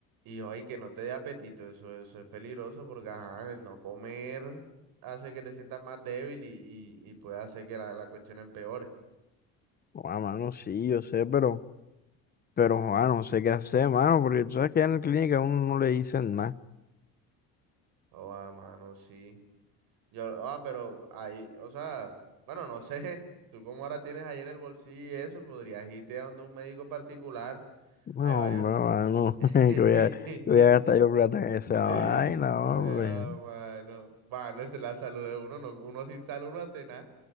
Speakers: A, on the right (about 70°); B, on the left (about 25°).
A: ay, que no te dé apetito, eso, eso es peligroso porque ajá, el no comer hace que te sientas más débil y, y, y puede hacer que la, la cuestión empeore.
B: No, ah, mano, sí, yo sé, pero, pero, mano, no sé qué hacer, mano, porque tú sabes que en la clínica a uno no le dicen nada.
A: Oh, ah, mano, sí. Yo, ah, pero ahí, o sea, bueno, no sé, <laughs> tú como ahora tienes ahí en el bolsillo y eso, podrías irte a donde un médico particular.
B: No,
A: Hay varios.
B: hombre, mano,
A: <laughs>
B: <laughs> que voy a, que voy a gastar yo plata en esa
A: Ay,
B: vaina,
A: Ah,
B: hombre.
A: mano, mano, esa es la salud de uno, no, uno sin salud no hace nada.